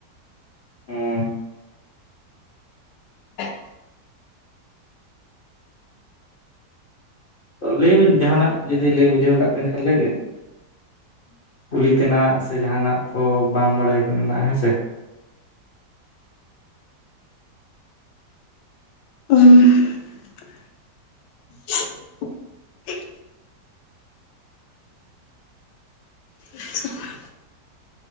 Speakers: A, on the left; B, on the left.
A: ᱚᱻ
B: <unintelligible>
A: ᱞᱟᱹᱭ ᱵᱤᱱ ᱡᱟᱦᱟᱸᱱᱟᱜ ᱡᱩᱫᱤ ᱞᱟᱹᱭ ᱵᱩᱡᱷᱟᱹᱣ ᱠᱟᱜ ᱵᱤᱱ ᱠᱷᱟᱱ ᱞᱟᱹᱭ ᱵᱤᱱ ᱾ ᱠᱩᱞᱤ ᱛᱮᱱᱟᱜ ᱥᱮ ᱡᱟᱦᱟᱸᱱᱟᱜ ᱠᱚ ᱵᱟᱝ ᱵᱟᱲᱟᱭ ᱠᱟᱱᱟ ᱦᱮᱸ ᱥᱮ ᱾
B: ᱩᱻ ᱟᱪᱪᱷᱟ ᱾